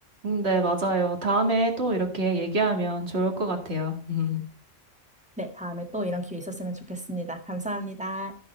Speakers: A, on the right; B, in the centre.
A: 음, 네, 맞아요. 다음에 또 이렇게 얘기하면 좋을 것 같아요. <laughs>
B: 네, 다음에 또 이런 기회 있었으면 좋겠습니다. 감사합니다.